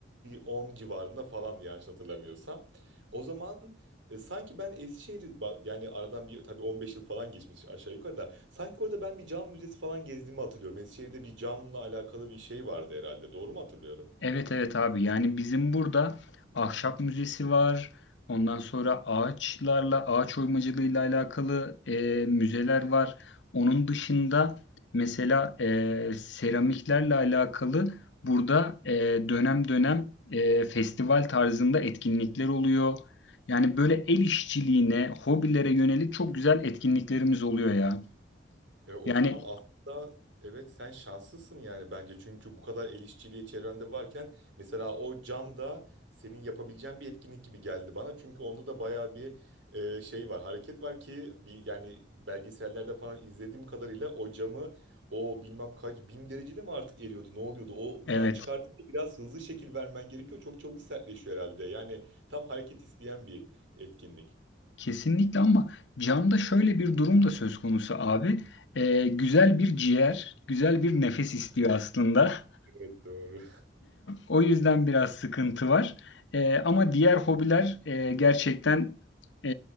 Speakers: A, on the right; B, on the left.
A: 10 civarında falandı yanlış hatırlamıyorsam. O zaman E, sanki ben Eskişehir'i ba- yani aradan bir tabii 15 yıl falan geçmiş aşağı yukarı da sanki orada ben bir cam müzesi falan gezdiğimi hatırlıyorum. Eskişehir'de bir camla alakalı bir şey vardı herhalde. Doğru mu hatırlıyorum?
B: Evet evet abi yani bizim burada ahşap müzesi var. Ondan sonra ağaçlarla ağaç oymacılığıyla alakalı e, müzeler var. Onun dışında mesela e, seramiklerle alakalı burada e, dönem dönem e, festival tarzında etkinlikler oluyor. Yani böyle el işçiliğine, hobilere yönelik çok güzel etkinliklerimiz oluyor ya.
A: E, o
B: Yani
A: zaman aslında evet sen şanslısın yani bence. Çünkü bu kadar el işçiliği çevrende varken mesela o cam da senin yapabileceğin bir etkinlik gibi geldi bana. Çünkü onda da bayağı bir e, şey var, hareket var ki bir, yani belgesellerde falan izlediğim kadarıyla o camı o bilmem kaç bin derecede mi artık eriyordu ne oluyordu? Ondan
B: evet.
A: çıkartınca biraz hızlı şekil vermen gerekiyor. Çok çabuk sertleşiyor herhalde. Yani tam hareket isteyen bir etkinlik.
B: Kesinlikle ama camda şöyle bir durum da söz konusu abi. Ee, güzel bir ciğer, güzel bir nefes istiyor aslında. <laughs>
A: Evet doğru.
B: O yüzden biraz sıkıntı var. Ee, ama diğer hobiler e, gerçekten e,